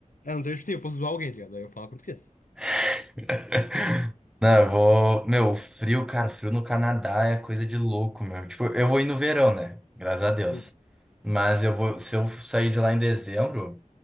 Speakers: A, on the left; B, in the centre.
A: A não ser, tipo assim, eu fosse zoar alguém, tá ligado? Aí eu falava português.
B: <laughs> Não, eu vou. Meu, frio, cara, frio no Canadá é coisa de louco, meu. Tipo, eu vou ir no verão, né? Graças a Deus.
A: Sim.
B: Mas eu vou. Se eu sair de lá em dezembro.